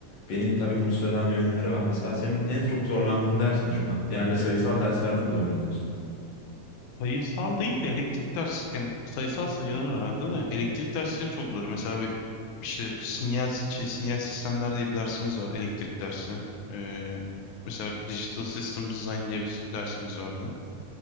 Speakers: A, on the left; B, on the left.
A: beni tabii mutsuz eden yönleri var. Mesela senin en çok zorlandığın ders ne şu an? Genelde sayısal derslerde mi zorlanıyorsun?
B: Sayısal değil de elektrik dersleri, yani sayısal sayılar aradı da elektrik dersleri çok zor. Mesela bir- işte sinyal şey sinyal sistemler diye bir dersimiz var elektrik dersi. Ee, mesela Digital System Design diye bir dersimiz vardı.